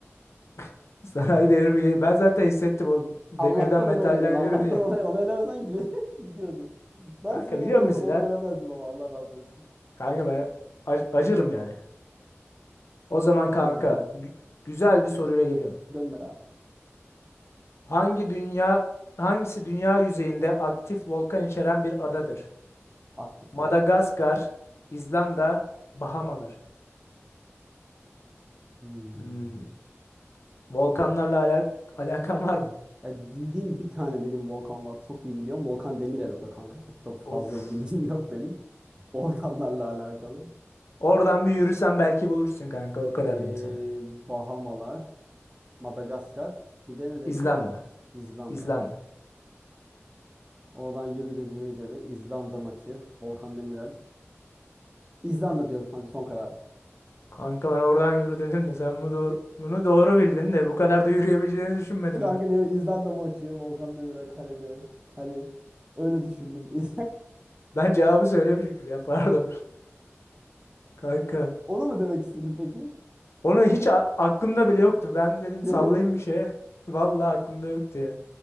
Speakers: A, on the left; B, on the right.
A: <laughs> Sanayi devrimi. gel- Ben zaten hissettim o
B: <laughs>
A: demirden
B: Allah'tan
A: metalden
B: onu eledin. Allah'tan
A: yürüdü ya.
B: onu, onu elemesen gi- <laughs> gidiyordu. Ben
A: Kanka
B: senin
A: biliyor
B: yerinde olsam
A: musun bizi
B: onu
A: de?
B: elemezdim ama Allah razı olsun.
A: Kanka ben ac- acırım yani. O zaman kanka
B: Allah razı olsun.
A: gü- güzel bir soruyla geliyorum.
B: Gönder abi.
A: Hangi dünya hangisi dünya yüzeyinde aktif volkan içeren bir adadır?
B: Aktif
A: Madagaskar,
B: volkan.
A: İzlanda, Bahamalar.
B: Hmm.
A: Hmm, volkanlarla alak alakan var mı?
B: Ya bildiğim bir tane benim volkan var. Çok iyi biliyorum. Volkan Demirel o da kanka. Çok da fazla
A: Of.
B: <laughs> bilgim yok benim. Volkanlarla alakalı.
A: Oradan bir yürüsen belki bulursun kanka. O kadar
B: Ee,
A: diyeyim sana.
B: Bahamalar, Madagaskar, bir de ne dedin?
A: İzlanda.
B: İzlanda.
A: İzlanda.
B: Oradan yürü dediğine göre İzlanda maçı, Volkan Demirel. İzlanda diyorum kanka son kararım.
A: Kanka ben oradan yürü dedim de sen bu doğru, bunu doğru bildin de bu kadar da yürüyebileceğini düşünmedim
B: Kanka
A: ben.
B: ne İzlanda maçı, Volkan Demirel kalede. Hani öyle düşündüm. <laughs>
A: Ben cevabı söylemişim ya pardon. <laughs> Kanka.
B: Onu mu demek istedin peki?
A: Onu hiç a- aklımda bile yoktu. Ben dedim
B: Yemin
A: sallayayım
B: et.
A: bir şeye. <laughs> Vallahi aklımda yoktu ya.